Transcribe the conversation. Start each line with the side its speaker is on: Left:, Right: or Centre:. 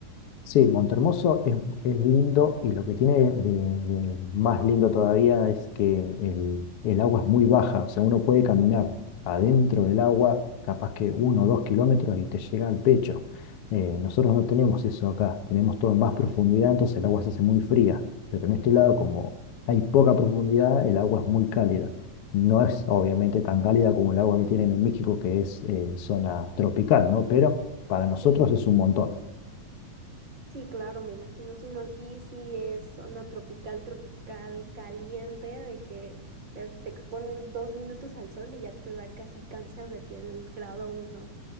Left: Sí, Montehermoso es, es lindo y lo que tiene de, de más lindo todavía es que el, el agua es muy baja, o sea, uno puede caminar adentro del agua, capaz que uno o dos kilómetros y te llega al pecho. Eh, nosotros no tenemos eso acá, tenemos todo en más profundidad, entonces el agua se hace muy fría, pero en este lado como hay poca profundidad, el agua es muy cálida. No es obviamente tan cálida como el agua que tienen en México, que es eh, zona tropical, ¿no? Pero para nosotros
Right: Sí.
Left: es un montón.
Right: Sí, claro, me imagino, sino aquí sí es zona tropical, tropical, caliente, de que es- te expones dos minutos al sol y ya te da casi cáncer de piel grado uno.